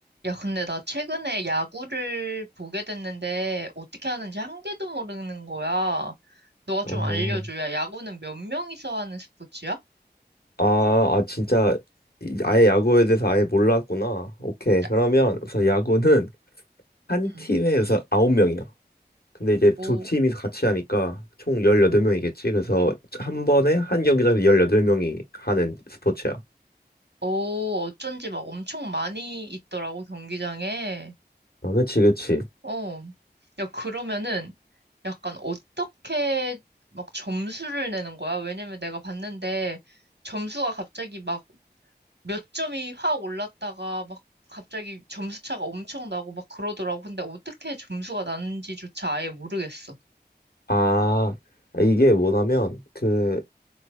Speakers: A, on the right (about 85°); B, on the left (about 65°).
A: 야, 근데 나 최근에 야구를 보게 됐는데 어떻게 하는지 한 개도 모르는 거야. 너가
B: 어,
A: 좀 알려줘. 야, 야구는 몇 명이서 하는 스포츠야?
B: 아, 아, 진짜 이- 아예 야구에 대해서 아예 몰랐구나. 오케이.
A: 야,
B: 그러면 우선 야구는 한
A: 응.
B: 팀에 우선 아홉 명이야. 근데 이제
A: 오,
B: 두 팀이 같이 하니까 총 18명이겠지. 그래서 한 번에 한 경기장에서 18명이 하는 스포츠야.
A: 오, 어쩐지 막 엄청 많이 있더라고, 경기장에.
B: 아, 그치, 그치.
A: 어. 야, 그러면은 약간 어떻게 막 점수를 내는 거야? 왜냐면 내가 봤는데 점수가 갑자기 막 몇 점이 확 올랐다가 막 갑자기 점수 차가 엄청 나고 막 그러더라고. 근데 어떻게 점수가 나는지조차 아예 모르겠어.
B: 아, 이게 뭐냐면, 그,